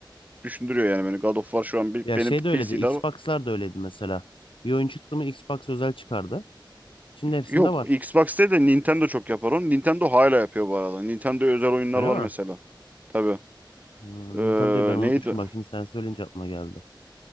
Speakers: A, on the right; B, on the left.
A: düşündürüyor yani beni. God of War şu an bir,
B: Ya
A: benim
B: şey
A: PC'de
B: de öyleydi. Xbox'lar da öyleydi mesela. Bir oyun çıktı mı Xbox özel çıkardı. Şimdi hepsinde
A: Yok
B: var.
A: Xbox'te de Nintendo çok yapar onu. Nintendo hala yapıyor bu arada. Nintendo'ya özel oyunlar
B: Öyle
A: var
B: mi?
A: mesela. Tabii.
B: Hmm,
A: Ee,
B: Nintendo'yu ben unutmuşum.
A: neydi?
B: Bak şimdi sen söyleyince aklıma geldi.